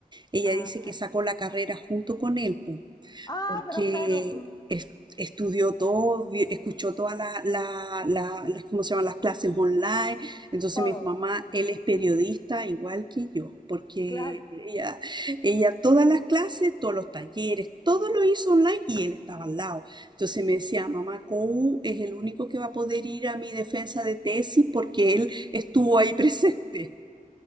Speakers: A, on the right; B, on the left.
A: ella
B: Ah,
A: dice
B: claro.
A: que sacó la carrera junto con él, po.
B: Ah,
A: porque
B: pero claro, mm,
A: es- estudió todo, vi- escuchó todas la- la- la- las, ¿cómo se llaman? las clases online. Entonces
B: todo.
A: me dijo, mamá, él es periodista igual que yo, porque
B: Claro.
A: ella, ella todas las clases, todos los talleres, todo lo hizo online y él estaba al lado. Entonces me decía, mamá, Kou es el único que va a poder ir a mi defensa de tesis porque él estuvo ahí <laughs> presente.